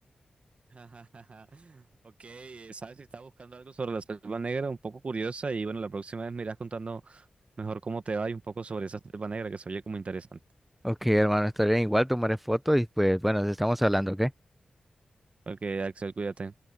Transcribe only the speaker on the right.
<laughs> Ok, eh, sabes si estás buscando algo sobre la selva negra, un poco curiosa, y bueno, la próxima vez me irás contando mejor cómo te va y un poco sobre esa selva negra que se oye como interesante.
Ok, Axel, cuídate.